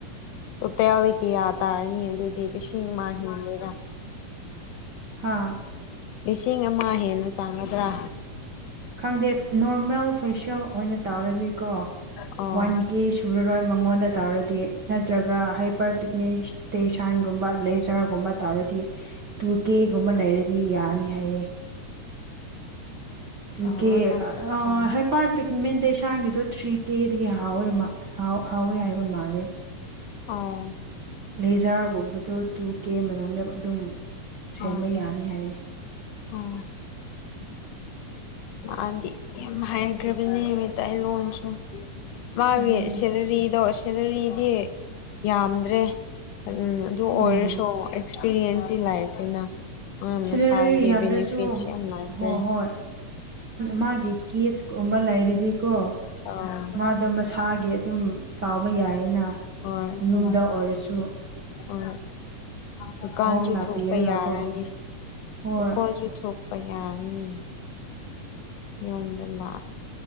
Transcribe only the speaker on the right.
ꯍꯥꯥ
ꯈꯪꯗꯦ ꯅꯣꯔꯃꯦꯜ ꯐꯦꯁꯤꯌꯦꯜ ꯑꯣꯏꯅ ꯇꯧꯔꯗꯤꯀꯣ
ꯋꯥꯟ ꯀꯦ ꯁꯨꯔꯔꯣꯏ ꯃꯉꯣꯟꯗ ꯇꯧꯔꯗꯤ ꯅꯠꯇ꯭ꯔꯒ ꯍꯥꯏꯄꯔ ꯄꯤꯛꯅꯤ ꯇꯦꯁꯟꯒꯨꯝꯕ ꯂꯦꯖꯔꯒꯨꯝꯕ ꯇꯧꯔꯗꯤ ꯇꯨ ꯒꯦꯒꯨꯝꯕ ꯂꯩꯔꯗꯤ ꯌꯥꯅꯤ ꯍꯥꯏꯌꯦ ꯇ
ꯀꯦ
ꯑ
ꯍ ꯄꯔ ꯄꯤ ꯃꯦꯟꯇꯁꯥꯡꯒꯤꯗꯣ ꯊ꯭ꯔꯤ ꯀꯦꯗꯒꯤ ꯍꯥꯎꯋꯦ ꯍꯥꯎꯋꯦ ꯍꯥꯏꯕ ꯃꯥꯜꯂꯦ
ꯂꯩꯖꯥꯔꯒꯨꯝꯕꯗꯣ ꯇꯨ ꯀꯦ ꯑꯗꯨꯝ ꯁꯦꯝꯕ
ꯌꯥꯅꯤ ꯍꯥꯏꯌꯦ
ꯑꯗꯨꯅꯦ
ꯎꯝ
ꯁꯦꯂꯔꯤ
ꯌꯥꯝꯗ꯭ꯔꯁꯨ
ꯍꯣꯏ ꯍꯣꯏ ꯃꯥꯒꯤ ꯀꯤꯠꯁꯀꯨꯝꯕ ꯂꯩꯔꯗꯤꯀꯣ
ꯃꯥꯗ ꯃꯁꯥꯒꯤ ꯑꯗꯨꯝ ꯇꯥꯎꯕ ꯌꯥꯏꯌꯦꯅ
ꯌꯨꯝꯗ
ꯑꯣꯏꯔꯁꯨ
ꯍꯣꯡꯅ
ꯄꯤꯔꯒꯀꯣ
ꯍꯣꯏ